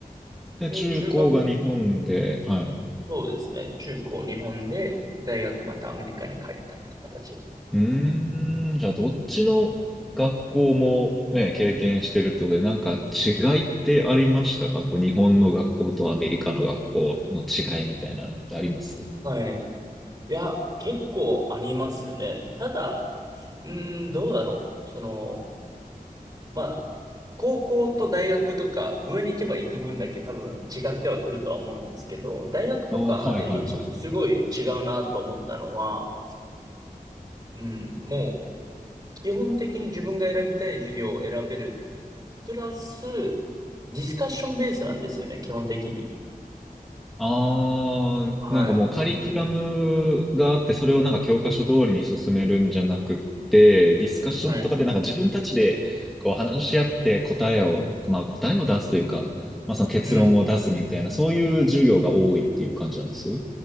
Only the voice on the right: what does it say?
で、
中学、
そうですね。中高日本で、大学またアメリカに帰ったって形です。
はい。いや、結構ありますね。ただ、うーん、どうだろう。その、まあ、高校と大学とか、上に行けば行く分だけ多分違ってはくるとは思うんですけど、大学とかで一、
すごい違うなと思ったのは、うん、もう、基本的に自分が選びたい授業を選べる。プラス、ディスカッションベースなんですよね、基本的に。
はい。
はい。
うん。